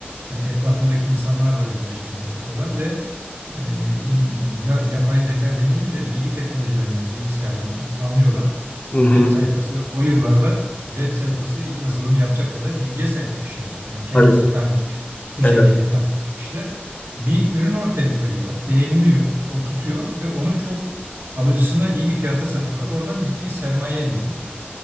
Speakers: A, on the right; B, on the left.
A: Yani etrafındaki insanlar da güzel şeyler yapıyorlar ve e, in- ya- yapay zeka demeyelim de bilgi teknolojilerinden, bilgisayardan a- anlıyorlar.
B: Hı hı.
A: Web sayfası o yıllarda web sayfası yazılım yapacak kadar bilgiye sahip bu kişiler. Yani kendisi,
B: Tabii.
A: kardeşi, kuzeni,
B: Evet.
A: etrafındaki kişiler bir ürün ortaya koyuyorlar. Beğeniliyor, o tutuyor ve onu çok alıcısına iyi bir fiyata satıyorlar. Oradan ciddi bir sermaye elde ediyorlar.